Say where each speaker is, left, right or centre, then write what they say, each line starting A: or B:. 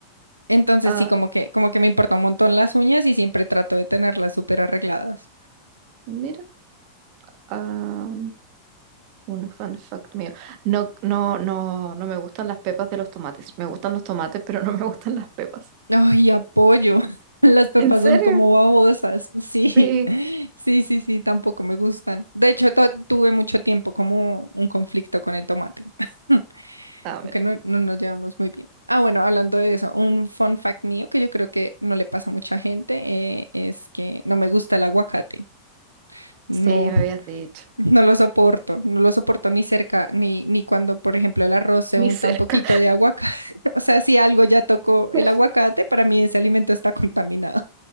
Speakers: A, on the right; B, on the right.
A: entonces
B: Ah,
A: sí, como que, como que me importa un montón las uñas y siempre trato de tenerlas súper arregladas.
B: mira, ah, un fun fact mío. No, no, no, no me gustan las pepas de los tomates. Me gustan los tomates, pero no me gustan las pepas.
A: Ay, apoyo. <laughs> Las pepas
B: ¿En serio?
A: son como babosas. Sí,
B: Sí.
A: <laughs> sí, sí, sí, tampoco me gustan. De hecho, to- tuve mucho tiempo como un conflicto con el tomate, <laughs>
B: Ah, mira.
A: como que no, no nos llevamos muy bien. Ah, bueno, hablando de eso, un fun fact mío que yo creo que no le pasa a mucha gente eh, es que no me gusta el aguacate. No.
B: Sí, me habías dicho.
A: No lo soporto, no lo soporto ni cerca, ni, ni cuando, por ejemplo, el arroz se
B: Ni
A: unta
B: cerca.
A: un poquito de aguacate. <laughs> O sea, si algo ya tocó el
B: <laughs>
A: aguacate, para mí ese alimento está contaminado.